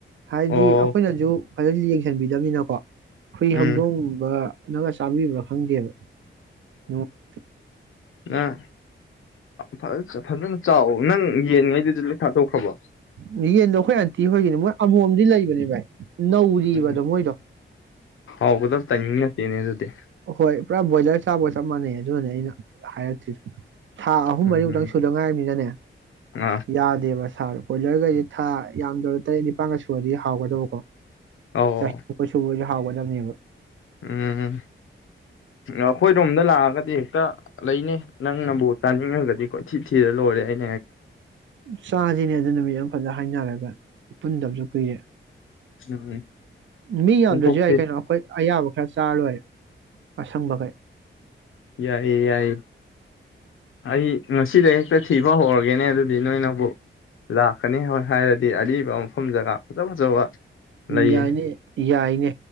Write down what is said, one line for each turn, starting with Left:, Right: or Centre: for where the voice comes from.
Right: ꯍꯥꯏꯗꯤ
Left: ꯑꯣ
Right: ꯑꯩꯈꯣꯏꯅꯖꯨ ꯐꯖꯅꯖꯨ ꯌꯦꯡꯖꯟꯕꯤꯗꯝꯅꯤꯅꯀꯣ ꯍꯨꯏ
Left: ꯎꯝ
Right: ꯍꯧꯗꯣꯡꯎꯝꯕ ꯅꯒ ꯆꯥꯕꯤꯕ꯭ꯔꯥ ꯈꯪꯗꯦꯕ <unintelligible>
Left: ꯅ ꯐꯖ ꯐꯖꯅ ꯆꯥꯎ ꯅꯪ ꯌꯦꯟ ꯉꯩꯗꯨꯗꯤ ꯂꯣꯏ ꯊꯥꯗꯣꯛꯈ꯭ꯔꯕꯣ
Right: ꯌꯦꯟꯗꯣ ꯑꯩꯈꯣꯏ ꯑꯟꯇꯤ ꯍꯣꯏꯒꯤꯅꯤ ꯃꯣꯏ ꯑꯃꯣꯝꯗꯤ ꯂꯩꯕꯅꯤ ꯚꯥꯏ ꯅꯧꯔꯤꯕꯗꯣ
Left: ꯎꯝ
Right: ꯃꯣꯏꯗꯣ <inaudible>
Left: ꯍꯥꯎꯒꯗꯕ ꯇꯥꯏꯃꯤꯡ ꯅꯠꯇꯦꯅꯦ ꯑꯗꯨꯗꯤ
Right: ꯍꯣꯏ ꯄꯨꯔꯥ ꯕꯣꯢꯂ꯭ꯔ ꯆꯥꯕꯒ ꯆꯞ ꯃꯥꯅꯩ꯫ ꯑꯗꯨꯅꯅꯦ ꯑꯩꯅ ꯍꯥꯏꯔꯛꯇ꯭ꯔꯤꯗꯣ ꯊꯥ ꯑꯍꯨꯝ
Left: ꯎꯝ
Right: ꯃꯔꯤꯃꯨꯛꯇꯪ ꯁꯨꯗꯉꯥꯏꯃꯤꯅꯅꯦ
Left: ꯑꯥ
Right: ꯌꯥꯗꯦꯕꯁ ꯀꯣꯏꯂꯔꯒꯩꯗꯤ ꯊꯥ ꯌꯥꯝꯗ꯭ꯔꯕ ꯇꯔꯦꯠ ꯅꯤꯄꯜꯒ ꯁꯨꯔꯗꯤ ꯍꯥꯎꯒꯗꯕꯀꯣ
Left: ꯑꯧ
Right: ꯌꯥꯏ ꯑꯈꯣꯏ ꯁꯨꯕ ꯌꯥꯏ ꯍꯥꯎꯒꯗꯅꯦꯕ
Left: ꯎꯝ ꯑꯩꯈꯣꯏ ꯔꯣꯝꯗ ꯂꯥꯛꯑꯒ ꯍꯦꯛꯇ ꯂꯩꯅꯦ ꯅꯪꯅꯕꯨ ꯆꯥꯅꯤꯡꯉꯒꯗꯤ ꯀꯣꯏ ꯊꯤ ꯊꯤꯔ ꯂꯣꯏꯔꯦ ꯑꯩ
Right: ꯆꯥꯁꯤꯅꯦ ꯑꯗꯨ ꯅꯨꯃꯤꯠ ꯌꯥꯝ ꯐꯖꯅ ꯍꯥꯏꯅꯔꯒ ꯄꯨꯟꯗꯕꯁꯨ ꯀꯨꯏꯔꯦ
Left: ꯎꯝ
Right: ꯃꯤ ꯌꯥꯝꯗ꯭ꯔꯁꯨ
Left: ꯄꯨꯟꯊꯣꯛꯁꯦ
Right: ꯌꯥꯏ ꯀꯩꯅꯣ ꯑꯩꯈꯣꯏ ꯑꯌꯥꯕ ꯈꯔ ꯆꯥꯔ ꯂꯣꯏꯦ ꯑꯁꯪꯕꯒꯩ
Left: ꯌꯥꯏ ꯌꯥꯏ ꯑꯩ ꯉꯁꯤꯗ ꯍꯦꯛꯇ ꯊꯤꯕ ꯍꯧꯔꯒꯦꯅꯦ ꯑꯗꯨ ꯕꯤꯅꯣ ꯅꯕꯨ ꯂ ꯀꯅꯤ ꯍꯣꯏ ꯍꯥꯏꯗꯤ ꯍꯥꯏ ꯑꯔꯤꯕ ꯃꯐꯝ ꯖꯒꯥ ꯐꯖ ꯐꯖꯕ ꯂꯩꯌꯦ
Right: ꯌꯥꯏꯅꯦ ꯌꯥꯏꯅꯦ